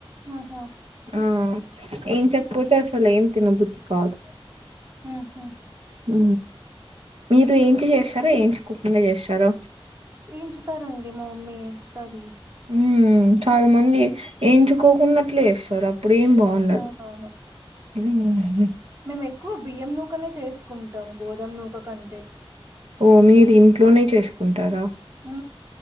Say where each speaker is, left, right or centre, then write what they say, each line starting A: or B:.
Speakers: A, on the right (about 35°); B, on the right (about 75°).
A: ఆహ
B: ఆ ఏం చెప్పకపోతె అసల్ ఏం తినబుద్ధి కాదు
A: ఉహు
B: హు మీరు ఏంచి జెస్తార ఏంచుకోకుండా జెస్తారా
A: ఎంచుతారండి మా మమ్మీ ఎంచుతది
B: ఉ చాలా మంది ఎంచుకోకున్నట్లే ఎస్తారు అప్పుడేం బాం వున్నదు
A: అవునవును
B: హు హు
A: మేము ఎక్కువ బియ్యం నూకనే చేసుకుంటాం గోధమ నూక కంటే
B: ఓమే ఇది ఇంట్లోనే చేసుకుంటారా
A: ఉ